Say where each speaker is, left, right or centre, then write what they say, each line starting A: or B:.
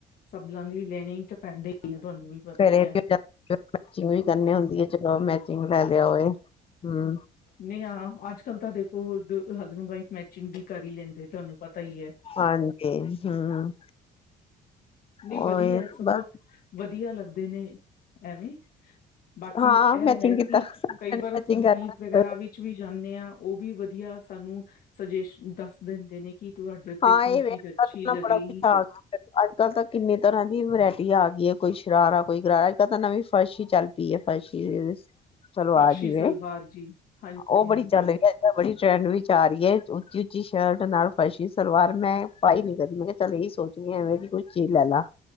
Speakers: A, on the left; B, on the left.
A: ਸਬਲਾਂ ਦੀ ਲੈਣੇ ਤਾਂ ਪੈਂਦੇ ਹੀ ਆ ਤੁਹਾਨੂੰ ਵੀ ਪਤਾ
B: ਫ
A: ਹੀ
B: ਮੈਚਿੰਗ
A: ਹੈ
B: ਵੀ ਕਰਨੀ ਹੁੰਦੀ ਹੈ ਚਲੋ ਮੈਚਿੰਗ ਲੈ ਲਿਆਏ ਹਮ
A: ਨਹੀਂ ਹਾਂ ਅੱਜ ਕੱਲ ਤਾਂ ਦੇਖੋ ਹਸਬੈਂਡ ਵਾਈਫ ਮੈਚਿੰਗ ਵੀ ਕਰੀ ਲੈਂਦੇ ਤੁਹਾਨੂੰ ਪਤਾ ਹੀ ਹੈ
B: ਹਾਂਜੀ ਹਮ
A: ਨਹੀਂੀ
B: ਉਹ
A: ਵਧੀਆ ਹੈ ਸਗੋਂ
B: ਬਸ
A: ਵਧੀਆ ਲੱਗਦਾ ਦੇਨ ਐਵੇਂ ਬਾਕੀ
B: ਹਾਂ
A: ਇਹ
B: ਮੈਚਿੰਗ
A: ਹੈ
B: ਕੀਤਾ
A: ਕਿ ਕਈ ਵਾਰ
B: ਮੈਚਿੰਗ
A: ਅਸੀਂ ਬੁਟੀਕ
B: ਕਰ
A: ਵਗੈਰਾ ਵਿਚ ਵੀ ਜਾਂਦੇ ਹਾਂ ਉਹ ਵੀ ਵਧੀਆ ਸਾਨੂੰ ਸਜੈ ਦੱਸ ਦਿੰਦੇ ਨੇ ਕਿ ਤੁਹਾਡੇ ਉੱਤੇ
B: ਹਾਂ
A: ਕੀ
B: ਇਹ ਵੇ
A: ਚੀਜ਼ ਅੱਛੀ
B: ਤਾਂ
A: ਲਗੇਗੀ
B: ਬੜਾ ਕੁਛ ਆ ਗਿਆ ਅੱਜ ਕੱਲ੍ਹ ਤਾਂ ਕਿੰਨੀ ਤਰ੍ਹਾਂ ਦੀ ਵਰਾਇਟੀ ਆ ਗਈ ਹੈ ਕੋਈ ਸ਼ਰਾਰਾ ਕੋਈ ਗਰਾਰਾ ਇੱਕ ਤਾਂ ਨਵੀ ਫਰਸ਼ੀ ਹੀ ਚੱਲ ਪ ਪ ਐ ਫਸ਼ ਚਲੋ
A: ਫਰਸ਼ੀ
B: ਆ ਜਾਵੇ
A: ਸਲਵਾਰ ਜੀ ਹਾਂਜੀ
B: ਉਹ ਬੜੀ
A: ਹਾਂਜੀ
B: ਚੱਲ ਰਹੀ ਬੜੀ ਟਰੈਂਡ ਵੀ ਜਾ ਰਹੀਂ ਏ ਉੱਚ ੱਚੀ ਸ਼ਰਟ ਨਾਲ ਫਰਾਸ਼ੀ ਸਲਵਾਰ ਮੈਂ ਪਾਈ ਨੀ ਕਦੀ ਮੈਂ ਕਿਹਾ ਚੱਲ ਇਹੀ ਸੋਚਣੀ ਐਵੇਂ ਵੀ ਕੋਈ ਚੀਜ਼ ਲੈ ਲਾ